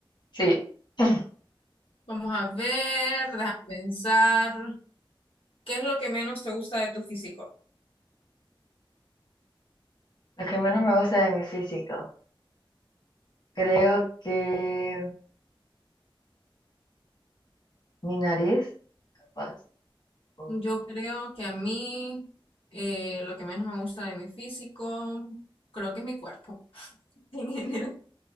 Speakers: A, on the left (about 50°); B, on the left (about 80°).
A: Sí. <clears throat>
B: Vamos a ver, déjame pensar. ¿Qué es lo que menos te gusta de tu físico?
A: Lo que menos me gusta de mi físico. Creo que mi nariz, capaz. o-
B: Yo creo que a mí eh, lo que menos me gusta de mi físico, creo que es mi cuerpo <laughs> en general.